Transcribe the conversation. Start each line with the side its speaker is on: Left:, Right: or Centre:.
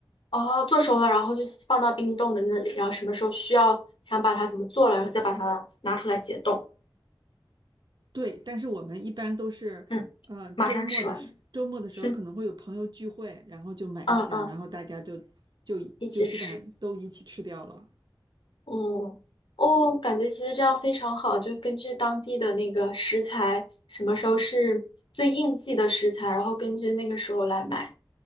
Left: 哦，做熟了，然后就放到冰冻的那里，然后什么时候需要想把它怎么做了，然后再把它拿出来解冻。
Right: 对，但是我们一般都是，
Left: 嗯，
Right: 呃，
Left: 马上吃完。
Right: 周末的时周末的时候可能会有朋友聚会，
Left: <laughs>
Right: 然后就买一箱，
Left: 嗯嗯，
Right: 然后大家就就就基本上都一起吃掉了。
Left: 一起吃。嗯，哦，感觉其实这样非常好，就根据当地的那个食材，什么时候是最应季的食材，然后根据那个时候来买。